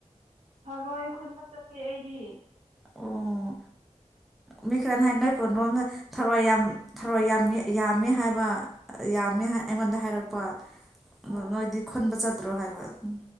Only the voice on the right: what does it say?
ꯊꯔꯣꯏ ꯈꯨꯟꯕ ꯆꯠꯇꯦ ꯑꯩꯗꯤ
ꯑꯣ